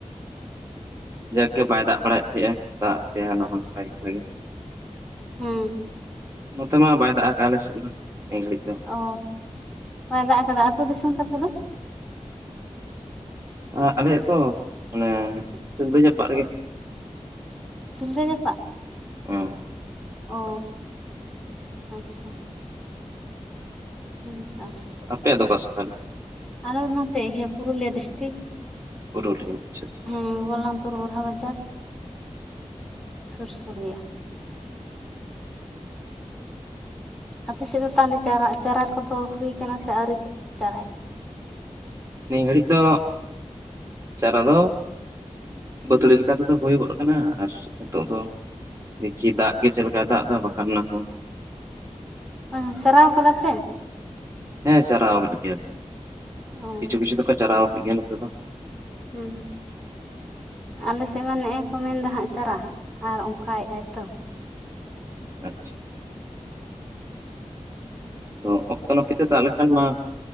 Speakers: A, on the right; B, in the centre.
A: ᱡᱟᱠ ᱜᱮ ᱵᱟᱭ ᱫᱟᱜ ᱵᱟᱲᱟᱭᱮᱫ ᱛᱟᱦᱮᱸᱜᱼᱟ ᱫᱟᱜ ᱟᱜ ᱯᱮᱭᱟᱭ ᱚᱱᱟ ᱦᱚᱸ ᱱᱟᱯᱟᱭ ᱠᱟᱛᱷᱟ ᱜᱮ᱾
B: ᱦᱩᱸ᱾
A: ᱱᱚᱛᱮ ᱢᱟ ᱵᱟᱭ ᱫᱟᱜ ᱟᱠᱜᱼᱟ ᱟᱞᱮᱥᱮᱜ ᱢᱟ ᱱᱤᱭᱟᱹ ᱜᱷᱟᱹᱲᱤᱡ ᱫᱚ᱾
B: ᱚᱻ ᱵᱟᱭ ᱫᱟᱜ ᱟᱠᱟᱫᱟ, ᱟᱹᱛᱩ ᱫᱤᱥᱚᱢ ᱛᱟᱯᱮ ᱫᱚ?
A: ᱟ ᱟᱞᱮᱭᱟᱜ ᱫᱚ ᱚᱱᱮ ᱥᱤᱞᱫᱟᱹ ᱡᱟᱯᱟᱜ ᱨᱮᱜᱮ᱾
B: ᱥᱤᱞᱫᱟᱹ ᱡᱟᱯᱟᱜ
A: ᱦᱩᱸ
B: ᱚᱻ ᱟᱪᱪᱷᱟ ᱦᱩᱸ ᱛᱚ᱾
A: ᱟᱯᱮᱭᱟᱜ ᱫᱚ ᱚᱠᱟᱥᱮᱜ ᱛᱟᱦᱞᱮ?
B: ᱟᱞᱮ ᱱᱚᱛᱮ ᱤᱭᱟᱹ ᱯᱩᱨᱩᱞᱤᱭᱟᱹ ᱰᱤᱥᱴᱤᱠ
A: ᱯᱩᱨᱩᱞᱤᱭᱟᱹ ᱟᱪᱪᱷᱟ ᱟᱪᱪᱷᱟ ᱟᱪᱪᱷᱟ᱾
B: ᱦᱮᱸ ᱵᱳᱞᱟᱢ ᱯᱩᱨ ᱵᱚᱨᱦᱟ ᱵᱟᱡᱟᱨ ᱥᱩᱨ ᱥᱩᱨ ᱜᱮᱭᱟ᱾ ᱟᱯᱮᱥᱮᱜ ᱫᱚ ᱛᱟᱦᱞᱮ ᱪᱟᱨᱟ ᱪᱟᱨᱟ ᱠᱚᱫᱚ ᱦᱩᱭᱠᱟᱱᱟ, ᱥᱮ ᱟᱹᱣᱨᱤ ᱯᱮ ᱪᱟᱨᱟᱭᱟ?
A: ᱱᱤᱭᱟᱹ ᱜᱷᱟᱹᱲᱤᱡ ᱫᱚ ᱪᱟᱨᱟ ᱫᱚ ᱵᱟᱹᱛᱷᱟᱹᱲᱤ ᱞᱮᱠᱟ ᱛᱮᱫᱚ ᱦᱩᱭ ᱜᱚᱱ ᱠᱟᱱᱟ ᱟᱨ ᱱᱤᱛᱚᱜ ᱫᱚ ᱫᱤᱠᱷᱩ ᱫᱟᱜ ᱜᱮ ᱪᱮᱫ ᱞᱮᱠᱟᱭ ᱫᱟᱜ ᱫᱚ ᱵᱟᱠᱷᱟᱱ ᱚᱱᱟ ᱦᱚᱸ
B: ᱦᱮᱸ ᱪᱟᱨᱟᱣ ᱠᱟᱫᱟ ᱯᱮ?
A: ᱦᱮᱸ ᱥᱟᱨᱟᱣᱟᱠᱟᱜ ᱜᱮᱭᱟ ᱞᱮ
B: ᱚ
A: ᱠᱤᱪᱷᱩ ᱠᱤᱪᱷᱩ ᱫᱚᱠᱚ ᱪᱟᱨᱟᱣᱟᱠᱟᱜ ᱜᱮᱭᱟ ᱱᱚᱛᱮ ᱫᱚ᱾
B: ᱦᱩᱸ᱾ ᱟᱞᱮᱥᱮᱜ ᱢᱟ ᱱᱮᱜᱼᱮ ᱠᱚ ᱢᱮᱱᱫᱟ ᱦᱟᱸᱜ ᱪᱟᱨᱟ ᱟᱨ ᱚᱱᱠᱟᱭᱮᱜ-ᱟᱭ ᱛᱚ᱾
A: ᱟᱪᱪᱷᱟ ᱪᱷᱟ᱾ ᱛᱚ ᱚᱠᱛᱚ ᱱᱟᱹᱯᱤᱛᱮ ᱫᱟᱜ ᱞᱮᱱᱠᱷᱟᱱ ᱢᱟ